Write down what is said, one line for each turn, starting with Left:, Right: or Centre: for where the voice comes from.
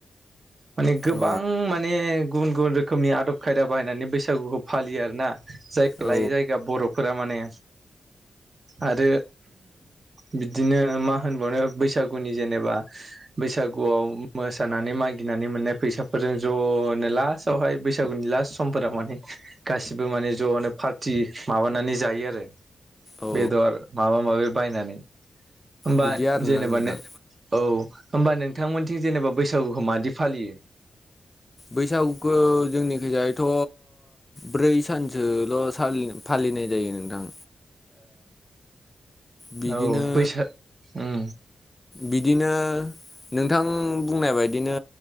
Right: माने गोबां
Left: औ
Right: माने गुबुन गुबुन रोखोमनि आदब खायदा बाहायनानै बैसागुखौ फालियो आरो ना जायगा
Left: औ
Right: लायै जायगा बर'फोरा माने आरो बिदिनो मा होनबावनो बैसागुनि जेनेबा बैसा गुआव मोसानानै मागिनानै मोननाय फैसाफोरजों ज'नो लास्टआवहाय बैसागुनि लास सम <unintelligible> माने गासिबो माने ज'नो पार्टि माबानानै जायो आरो
Left: औ
Right: बेदर माबा माबि बायनानै होमबा
Left: बिदि आरोना
Right: जेनेबानो
Left: नोंथां
Right: औ होमबा नोंथांमोनथिं जेनेबा बैसागुखौ मायदि फालियो
Left: बैसागुखौ जोंनिखिजायथ' ब्रै सानसोल' सालि फालि फैनाय जायो नोंथां बिदिनो
Right: ओ औ बैसाग उम
Left: बिदिनो नोंथां बुंनाय बायदिनो